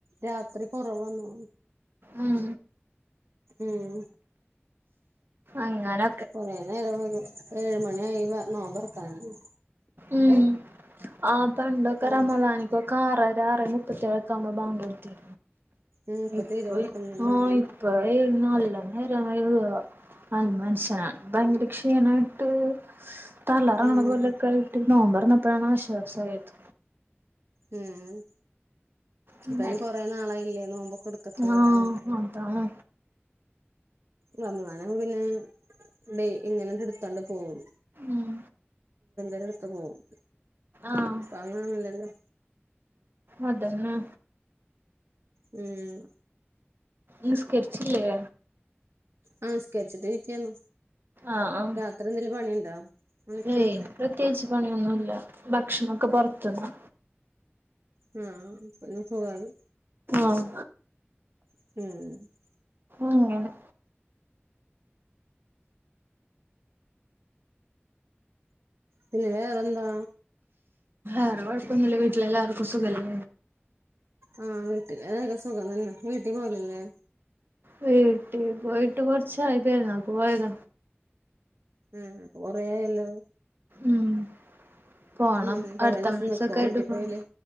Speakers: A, on the right (about 80°); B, on the right (about 55°).
A: രാത്രി കൊറവൊന്നോ
B: ഉം
A: ഉം
B: അങ്ങനെ
A: കുറേ നേര വൈഗും ഏഴ് മണിയായി നോമ്പറക്കാനായി
B: ഉം ആഹ് പണ്ടക്കെ
A: ഉം
B: റമളാനി ഇപ്പൊകാ ആറര ആറെമുപ്പത്തിഏഴക്കെ ആവുമ്പോ ബാങ്ക് കൊടുത്തിര
A: ഉം ഇപ്പൊ
B: ഇപ്പ
A: തീരെ കൊടുക്കുന്നില്ല
B: ഇപ്പോ <unintelligible> ആഹ് ഈ നല്ല നേരം വൈഗുക അഹ് മനുഷ്യന ഭയങ്കര ക്ഷീണായിട്ട് തലറങ്ങണത്
A: ഉം
B: പോലെക്കെ നോമ്പർന്നപ്പാണ് ആശ്വാസായത്
A: ഉം
B: അങ്ങനെ
A: അപ്പയ്ന് കൊറേ നാളായില്ലേ നോമ്പൊക്കെടത്ത്ട്ട
B: ആഹ്
A: അതാണ്
B: അതാണ്
A: റമളാൻ ആണെങ്കിൽ ഡെയ്‌ലി ഇങ്ങനെ എടുത്തോണ്ട് പോവും
B: ഉം
A: ഇടക്ക് പോകും
B: ആഹ്
A: അങ്ങനെ ഒന്നുംഇല്ലല്ലോ
B: അതെന്നെ
A: ഉം
B: നിസ്കരിച്ചില്ലേ
A: ആഹ് നിസ്കരിച്ചട്ട് ഇരിക്കാന്
B: ആഹ് ആഹ്
A: <unintelligible> എന്തെങ്കിലും പണിയുണ്ടോ നിനക്ക്
B: ഏയ് പ്രത്യേകിച്ച് പണി ഒന്നും ഇല്ല ഭക്ഷണം ഒക്കെ പുറത്ത് നിന്നാ
A: ഉം <unintelligible> സുകായി
B: ആഹ്
A: ഉം
B: അങ്ങനെ
A: പിന്നെ വേറെന്താ
B: വേറെ കുഴപ്പൊന്നില്ല വീട്ടിലെ എല്ലാവർക്കും സുഖമല്ലേ
A: ആഹ് വീട്ടിൽ അതൊക്കെ സുഖം തന്നെ വീട്ടിൽ പോവല്ലേ
B: വീട്ടിൽ പോയിട്ട് കുറച്ച് ആയി പെരുന്നാക്ക് പോയത
A: ഉം ഇപ്പൊ കൊറേയായല്ലോ
B: ഉം പോണം
A: ഉം കൊറേ
B: അടുത്ത
A: ദിവസം
B: മാസൊക്കെ
A: നിക്കോ
B: ആയിട്ട്
A: വീട്ടിൽ
B: പോണം
A: പോയാല്